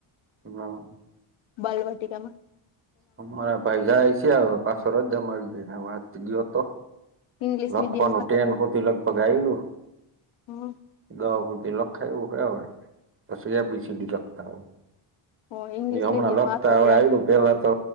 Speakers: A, on the right; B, on the left.
A: હા.
B: બાલવાટીકામાં.
A: અ મારા ભાઈ જાય છે હવે પાછળ રજા મા આવી ગઈ વાત ગયો હતો.
B: ઇંગ્લિશ
A: લખવાનું
B: મીડિયમ હતો
A: ટેન સુધી લગભગ આયેલુ.
B: હમ
A: દહ હુધી લખાયવું હવે. પછી એ બી સીડી લખતા હોય
B: હા ઇંગ્લિશ
A: જે હમણાં
B: મીડિયમ
A: લખતા
B: હતો
A: હોય
B: ત્યાં
A: આવું પેલા તો